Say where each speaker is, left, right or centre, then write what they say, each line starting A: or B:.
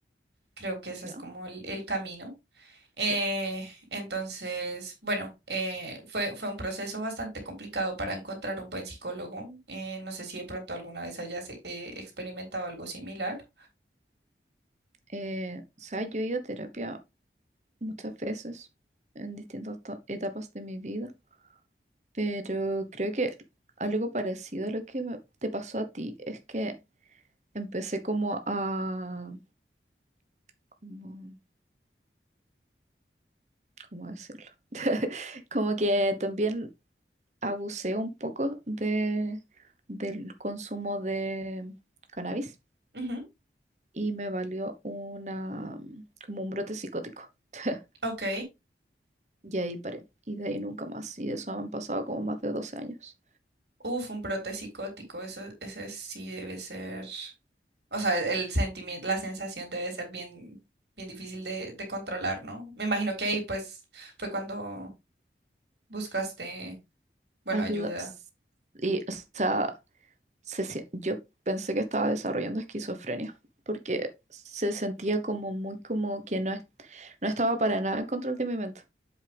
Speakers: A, on the right; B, on the right.
A: Creo que ese
B: Ya.
A: es como el el camino. Eh,
B: Sí.
A: entonces, bueno, eh, fue, fue un proceso bastante complicado para encontrar un buen psicólogo. Eh, no sé si de pronto alguna vez hayas eh, experimentado algo similar.
B: Eh, o sea, yo he ido a terapia muchas veces en distintas to- etapas de mi vida, pero creo que algo parecido a lo que me- te pasó a ti es que empecé como a... como- ¿cómo decirlo? Como que también abusé un poco de, del consumo de cannabis
A: Ujú,
B: y me valió una, como un brote psicótico. <laughs>
A: Ok.
B: Y ahí paré. Y de ahí nunca más. Y de eso han pasado como más de doce años.
A: Uf, un brote psicótico, eso, ese sí debe ser. O sea, el sentimiento, la sensación debe ser bien, bien difícil de, de controlar, ¿no? Me imagino que ahí
B: Eh,
A: pues fue cuando buscaste, bueno,
B: Ayuda.
A: ayuda.
B: s- Y, o sea, se sien- yo pensé que estaba desarrollando esquizofrenia. Porque se sentía como muy como que no, es- no estaba para nada en control de mi mente.